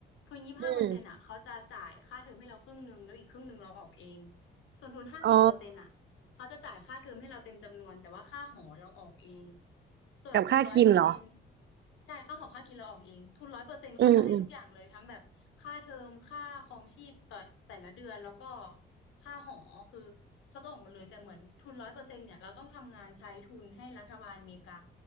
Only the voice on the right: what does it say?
อืม
อ๋อ
กับค่ากินเหรอ
อืมอืม